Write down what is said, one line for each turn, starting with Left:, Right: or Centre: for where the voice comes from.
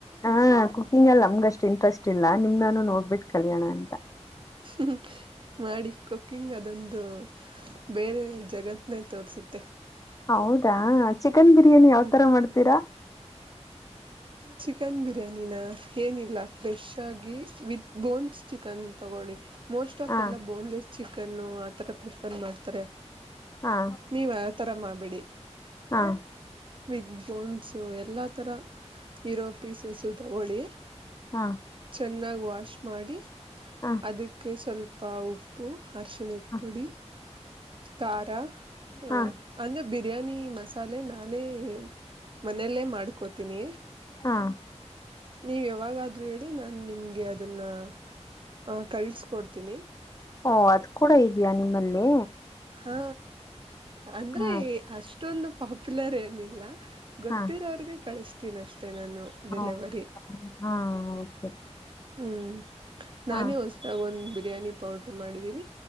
Left: ಹಾ ಕುಕಿಂಗ್ ಅಲ್ಲಿ ನಮ್ಗ್ ಅಷ್ಟ್ ಇಂಟ್ರೆಸ್ಟ್ ಇಲ್ಲ ನಿಮ್ನಾನು ನೋಡ್ಬಿಟ್ಟು ಕಲ್ಯೋಣ ಅಂತ.
Right: ಹ್ಮಂ ಮಾಡಿ ಕುಕ್ಕಿಂಗ್ ಅದೊಂದು ಬೇರೆ ಜಗತ್ನೇ ತೋರ್ಸುತ್ತೆ.
Left: ಹೌದಾ ಚಿಕನ್ ಬಿರಿಯಾನಿ ಯಾವ್ತರ
Right: ಹ್ಮ್
Left: ಮಾಡ್ತೀರಾ?
Right: ಚಿಕನ್ ಬಿರಿಯಾನಿನ ಏನಿಲ್ಲ ಫ್ರೆಶ್ ಆಗಿ ವಿತ್ ಬೋನ್ಸ್ ಚಿಕನ್ ತಗೊಳ್ಳಿ. ಮೋಸ್ಟ್ ಆಫ್
Left: ಹ
Right: ಎಲ್ಲ ಬೋನ್ಲೆಸ್ ಚಿಕನ್ನು ಆತರ ಪ್ರಿಫರ್ ಮಾಡ್ತಾರೆ.
Left: ಹಾ
Right: ನೀವ ಆ ತರ ಮಾಡ್ಬೇಡಿ.
Left: ಹಾ
Right: ವಿತ್ ಬೋನ್ಸು ಎಲ್ಲಾ ತರ ಇರೋ ಪೀಸಸ್ಸು ತಗೊಳ್ಳಿ.
Left: ಹಾ
Right: ಚೆನ್ನಾಗ್ ವಾಶ್ ಮಾಡಿ
Left: ಹಾ
Right: ಅದಕ್ಕೆ ಸ್ವಲ್ಪ ಉಪ್ಪು ಅರ್ಶಣ
Left: ಹ
Right: ಪುಡಿ ತಖಾರ ಹಾ
Left: ಹ
Right: ಅಂದ್ರೆ ಬಿರಿಯಾನಿ ಮಸಾಲೆ ನಾನೇ ಮನೆಲ್ಲೇ ಮಾಡ್ಕೋತೀನಿ.
Left: ಹಾ
Right: ನೀವು ಯಾವಾಗಾದ್ರೂ ಹೇಳಿ ನಾನು ನಿಮ್ಗೆ ಅದನ್ನ ಹಾ ಕಳ್ಸಕೊಡ್ತೀನಿ.
Left: ಓ ಅದು ಕೂಡ ಇದ್ಯಾಾ ನಿಮ್ಮಲ್ಲಿ.
Right: ಹಾ ಅಂದ್ರೆ
Left: ಹಾ
Right: ಅಷ್ಟೊಂದು ಪಾಪ್ಯುಲರ್ ಏನಿಲ್ಲ. ಗೊತ್ತಿರೋರ್ಗೆ
Left: ಹಾ
Right: ಕಳಿಸ್ತೀನ್ ಅಷ್ಟೇ ನಾನು
Left: ಹಾ
Right: ಡೆಲಿವರಿ.
Left: ಹಾ ಓಕೆ
Right: ಹ್ಮ್ ನಾನೇ
Left: ಹಾ
Right: ಹೊಸ್ದಾಗ್ ಒಂದ್ ಬಿರಿಯಾನಿ ಪೌಡ್ರು ಮಾಡಿದ್ದೀನಿ.